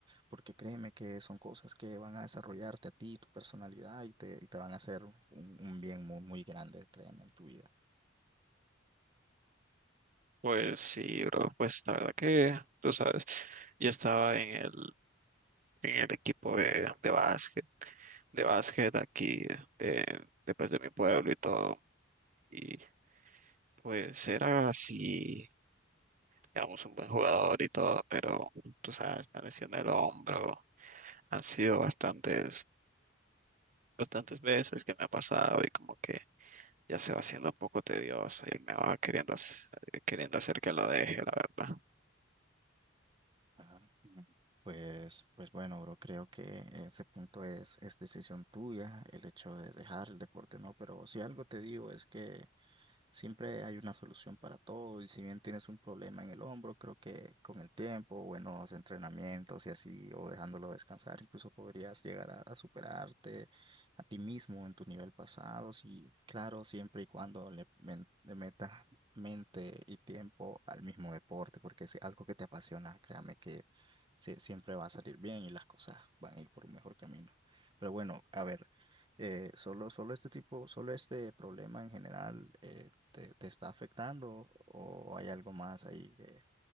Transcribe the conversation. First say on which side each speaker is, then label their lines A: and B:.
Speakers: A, on the right (about 25°); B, on the right (about 40°).
A: porque créeme que son cosas que van a desarrollarte a ti, tu personalidad y te, y te van a hacer un, un bien muy, muy grande, créeme, en tu vida.
B: Pues sí, bro, pues la verdad que, tú sabes, yo estaba en el, en el equipo de, de básquet, de básquet aquí, de, de, pues, de mi pueblo y todo. Y pues era así. digamos, un buen jugador y todo, pero tú sabes, me lesioné el hombro. Han sido bastantes, bastantes veces que me ha pasado y como que ya se va haciendo un poco tedioso y él me va queriendo, hac- queriendo hacer que lo deje, la verdad.
A: Ajá. Mm. Pues, pues bueno, bro, creo que ese punto es, es decisión tuya, el hecho de dejar el deporte, ¿no? Pero si algo te digo es que siempre hay una solución para todo y si bien tienes un problema en el hombro, creo que con el tiempo, buenos entrenamientos y así, o dejándolo descansar, incluso podrías llegar a, a superarte a ti mismo en tu nivel pasado, sí, claro, siempre y cuando le, men- le metas mente y tiempo al mismo deporte, porque si algo que te apasiona, créame que sí, siempre va a salir bien y las cosas van a ir por un mejor camino. Pero bueno, a ver, eh, solo, solo este tipo, solo este problema en general eh, te, te está afectando o hay algo más ahí que,